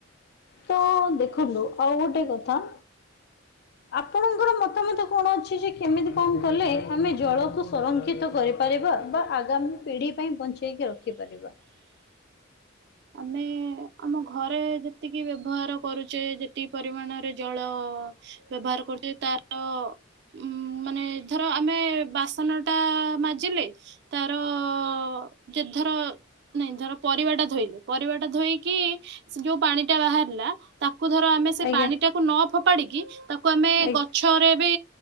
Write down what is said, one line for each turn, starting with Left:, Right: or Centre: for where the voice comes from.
Left: ତ ଦେଖନ୍ତୁ ଆଉ ଗୋଟେ କଥା ଆପଣଙ୍କର ମତାମତ କଣ ଅଛି ଯେ, କେମିତି କଣ କଲେ, ଆମେ ଜଳକୁ ସଂରକ୍ଷିତ କରି କରିବା ବା ଆଗାମୀ ପିଢ଼ି ପାଇଁ ବଞ୍ଚେଇକି ରଖିପାରିବା?
Right: ଆମେ ଆମ ଘରେ ଯେତିକି ବ୍ୟବହାର କରୁଚେ, ଯେତିକି ପରିମାଣରେ ଜଳ ବ୍ୟବହାର କରୁଥିବେ, ତାର ଉମ୍ ମାନେ ଧର ଆମେ ବାସନଟା ମାଜିଲେ ତାର ଅ-ଅ ଯେ ଧର ନାଇଁ ଧର ପରିବାଟା ଧୋଇଲୁ ପରିବାଟା ଧୋଇକି, ସେ ଯୋଉ ପାଣିଟା ବାହାରିଲା, ତାକୁ ଧର ଆମେ ସେ
Left: ଆଜ୍ଞା
Right: ପାଣିଟାକୁ ନ ଫୋପାଡିକି, ତାକୁ ଆମେ
Left: ଆଜ୍ଞା
Right: ଗଛରେ ବି,